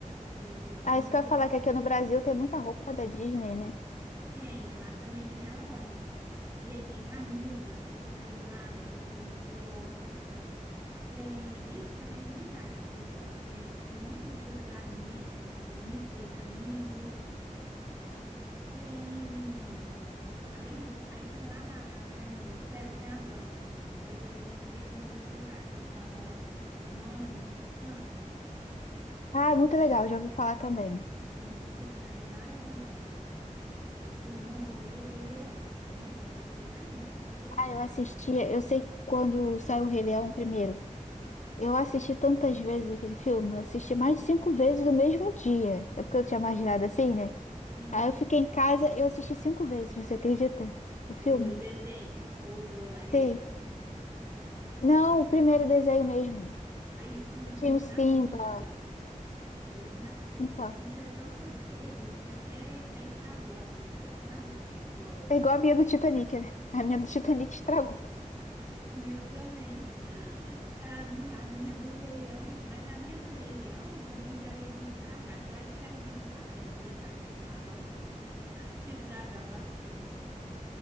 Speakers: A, on the right; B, on the left.
A: Quer ver, tem
B: Ah,
A: uma
B: isso
A: infinidade.
B: que eu ia falar, que aqui no Brasil tem muita roupa da Disney, né?
A: Tem, lá também tem a loja. E aí tem camisa personalizada do filme que você gosta. Tem, ixi, tem uma infinidade de coisas. Tem, tem um montão de coisa da Mi, do, do Mickey, da Minnie. Tem, além disso, aí tem lá na, na Times Square, tem a Broadway. A Broadway é que tem aqueles espetáculos famosos que ficam anos passando.
B: Ah, muito legal, já ouvi falar também.
A: Tem uns musicais maravilhosos. Eu fui no do Rei Leão. Nossa, é a coisa mais linda. Perfeito.
B: Ah, eu assistia, eu sei que quando saiu o Rei Leão primeiro, eu assisti tantas vezes aquele filme, eu assisti mais de cinco vezes no mesmo dia. É porque eu tinha imaginado assim, né?
A: Aham.
B: Aí eu fiquei em casa, eu assisti cinco vezes, você acredita? O filme?
A: O do desenho, ou do live
B: Sim.
A: action.
B: Não, o primeiro desenho mesmo.
A: Aí eu também,
B: que Tinha
A: eu tinha
B: o Simba.
A: a fita. Eu tinha a fita,
B: Então,
A: eu assistia tantas vezes que até, até estragou a fita, sabe? Ficou a
B: é igual a minha do Titanic, né? A minha do Titanic estragou.
A: minha também. A minha, a minha do Rei Leão, mas a minha do Rei Leão também já veio meio estragada. Eu acho que era um videocassete lá em casa que não tava bom, <laughs> que estragava as fitas.